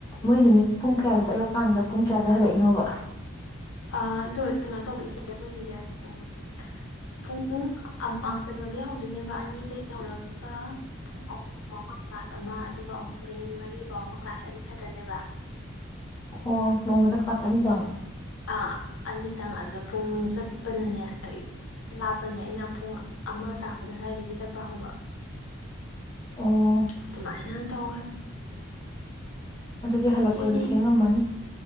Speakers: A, on the left; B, on the left.
A: ꯃꯣꯏ ꯅꯨꯃꯤꯠ ꯄꯨꯡ ꯀꯌꯥꯗ ꯆꯠꯂꯀꯥꯟꯗ ꯄꯨꯡ ꯀꯌꯥꯗ ꯍꯜꯂꯛꯏꯅꯣꯕ?
B: ꯑꯥ ꯗꯣ ꯀꯩꯅꯣ ꯇꯧꯕ ꯏꯆꯦ ꯑꯈꯣꯏꯒꯤꯖꯦ ꯎꯝ ꯄꯨꯡ ꯑꯝꯑꯥ ꯀꯩꯅꯣꯗꯩ ꯍꯧꯗꯣꯏꯅꯦꯕ ꯑꯅꯤꯗꯩ ꯍꯧꯔꯒ ꯄꯨꯡ ꯑꯍꯨꯝ ꯕꯥꯎꯕ ꯀ꯭ꯂꯥꯁ ꯑꯃ ꯑꯗꯨꯒ ꯑꯍꯨꯝꯗꯩ ꯃꯔꯤ ꯕꯥꯎꯃ ꯀ꯭ꯂꯥꯁ ꯑꯅꯤ ꯈꯇꯅꯦꯕ꯫
A: ꯍꯣ ꯅꯣꯡꯃꯗ ꯀ꯭ꯂꯥꯁ ꯑꯅꯤꯇꯪ?
B: ꯑꯥ ꯑꯅꯤꯇꯪ ꯑꯗꯣ ꯄꯨꯡ ꯆꯠꯄꯅꯅꯦ ꯑꯩ ꯂꯥꯞꯄꯅꯤꯅ ꯑꯩꯅ ꯄꯨꯡ ꯑꯃ ꯇꯥꯕꯗ ꯑꯗꯥꯏꯗꯒꯤ ꯆꯠꯄ ꯍꯧꯕ
A: ꯑꯣ
B: ꯑꯗꯨꯃꯥꯏꯅ ꯇꯧꯋꯦ꯫
A: ꯑꯗꯨꯗꯤ ꯍꯜꯂꯛꯄꯗ
B: ꯏꯆꯦꯗꯤ
A: ꯊꯦꯡꯉꯝꯃꯅꯤ